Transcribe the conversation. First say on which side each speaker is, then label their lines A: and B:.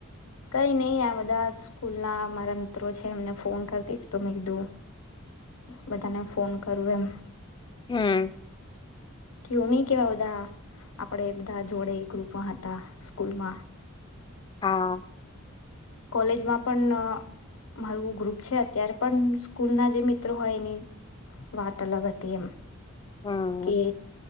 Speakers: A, on the left (about 75°); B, on the left (about 20°).
A: કઈ નઈ આ બધા સ્કૂલ ના મારા મિત્રો છે એમને ફોન કરતી જ તો મેં કીધું બધાને ફોન કરવું એમ
B: હમ
A: કેવું નઈ કેવા બધા આપડે બધા જોડે એક રૂપમાં હતા સ્કૂલમાં
B: હા
A: કોલેજમાં પણ મારું ગ્રુપ છે અત્યારે પણ સ્કૂલના જે મિત્રો હોય એની વાત અલગ હતી એમ
B: હમ
A: કે